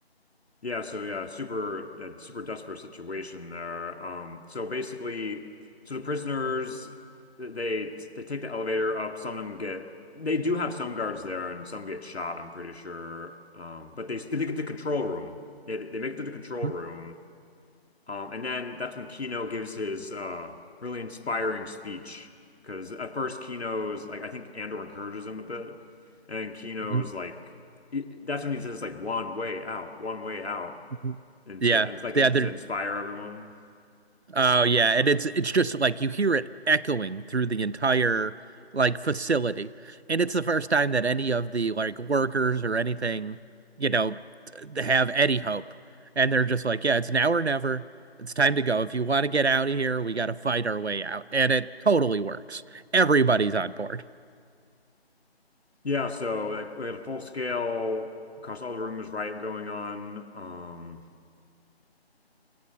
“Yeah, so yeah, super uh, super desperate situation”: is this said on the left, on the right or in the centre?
Left